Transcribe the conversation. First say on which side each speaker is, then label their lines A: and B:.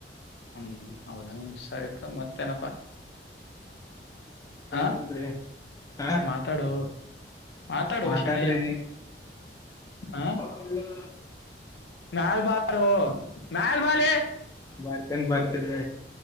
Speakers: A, on the left; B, on the left.
A: ಹ್ಮ್ ಹೌದನ್ ಸರಿ ತಕೊ ಮತ್ತೇನಪ್ಪಾ ಹಾಂ
B: ಏನನ್ರಿ ಹಾ
A: ಮಾತಾಡು ಮಾತಾಡು
B: ಮಾತಾಡ್ರಿ
A: ಶಣಯ್ಯ ಅಂ
B: ಅಲ್ಲ
A: ಮ್ಯಾಲ್ ಬಾರೋ ಮ್ಯಾಲ್ ಬಾಲೆ
B: ಬರ್ತನ್ ಬರ್ತದೆ